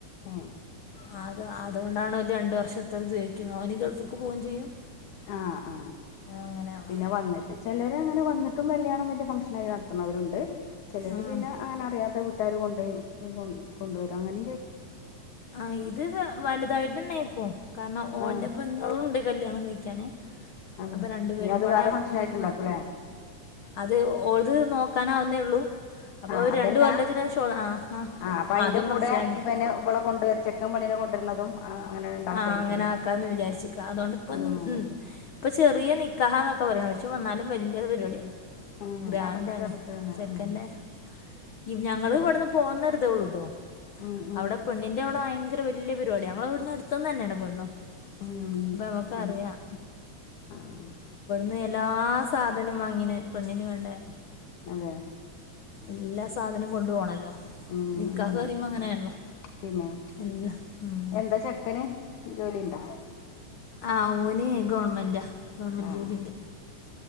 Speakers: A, on the left (about 70°); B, on the left (about 85°).
A: ആ
B: ആ അത് അതുകൊണ്ടാണ് ഓല് രണ്ട് വർഷത്തത് ചോദിക്ക്ന്ന് ഓന് ഗൾഫ്ക്ക് പോവും ചെയ്യും
A: ആ ആ
B: അങ്ങനെയാവാം
A: പിന്നെ വന്നിട്ട് ചെലരങ്ങനെ വന്നിട്ടും കല്യാണം വല്യ ഫംഗങ്ഷനായി നടത്തണോര്ണ്ട് ണ്ട് ചിലര്
B: ഉം.
A: പിന്നെ അങ്ങനെ അറിയാത്ത വീട്ട വീട്ടാര് കൊണ്ടൊയി കൊ കൊണ്ടുവരും അങ്ങനെ
B: ആ് ഇത് വലുതായിട്ട് ന്നെ ആയ്ക്കും കാരണം ഓന്റെ
A: ആഹ്
B: പെങ്ങളും ണ്ട് കല്ല്യാണം കയിക്കാന്
A: അതെ
B: അപ്പൊ രണ്ടു പേരുമ്പാടെ
A: ഇനി അത് വേറെ ഫംഗ്ഷൻ
B: ഇത്
A: ആയിട്ടുണ്ടാക്കൂല്ലേ
B: അത് ഓൾത് നോക്കാനാവുന്നേ ള്ളു ള്ളൂ അപ്പൊ
A: ആഹ്
B: ഒരു
A: അതല്ല
B: രണ്ട് കൊല്ലത്തിനേഷം ആ ആ
A: ആഹ് അപ്പൊ അയിന്റെ
B: ആതും
A: കൂടെ
B: ഫംഗ്ഷൻ ഉണ്ട്
A: ഇവന് ഇവളെ കൊണ്ടുവരും ചെക്കൻ പെണ്ണിനെ കൊണ്ടുവരുന്നതും അങ്ങനെ ഉണ്ടാക്കുവായിരിക്കും
B: ആ അങ്ങനെ
A: ഇനി
B: ആക്കാന്ന് വിചാരിച്ച് ക്കാ അതുകൊണ്ടിപ്പ പ്പോ
A: ഉം
B: ഇ ഇപ്പൊ ചെറിയ നിക്കാ നിക്കാഹാന്നൊക്കെ പറയണെ പക്ഷേ ന്നാലും വല്യ പരിപാടി
A: ഉം
B: ഗ്രാൻഡാണ്
A: അതൊക്കെ ചെറുതന്ന്
B: ചെക്കന്റെ
A: ഉം
B: ഈ ഞങ്ങള്
A: ആ
B: വ്ടുന്ന് പോണരുതേള്ളൂട്ടോ
A: ഉം ഉം
B: അവിടെ പെണ്ണിന്റെവിടെ ഭയങ്കര വല്യ വല്യ പരിപാട്യാ ഞങ്ങളെവ്ട്ന്ന് അടുത്ത്ന്ന് ന്യാ പെണ്ണും
A: ഉ
B: അപ്പൊ നമുക്കറിയാം
A: ഉ ആഹ
B: നിലാസ് സാധനം വാങ്ങിന് പെണ്ണിന് വേണ്ടെ
A: അതെ
B: എല്ലാ സാധനും കൊണ്ടു പോണല്ലോ
A: ഉ
B: നിക്കാഹ്
A: ഉ
B: പറയുമ്പോ അങ്ങനെയാണല്ലോ
A: പിന്നെ
B: എല്ലാ ഉം
A: എന്താ ചെക്കന് ജോലിണ്ടാ <inaudible>
B: ആ ഓന് ഗവൺമെന്റ്ാ ഗവൺമെന്റ്
A: ആഹ്
B: ജോലിണ്ട്